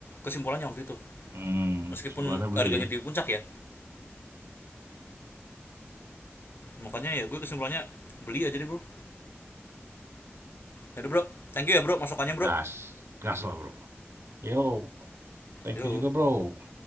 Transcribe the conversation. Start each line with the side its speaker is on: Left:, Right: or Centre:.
Left: kesimpulannya waktu itu.
Right: Hmm,
Left: Meskipun
Right: sebulannya beli
Left: harganya
Right: ya.
Left: di puncak ya. Makanya ya gue kesimpulannya beli aja deh, Bro. Yaudah bro, thank you ya bro masukannya bro.
Right: Gas. Gas lah bro. Yo, thank
Left: Yuk.
Right: you juga bro.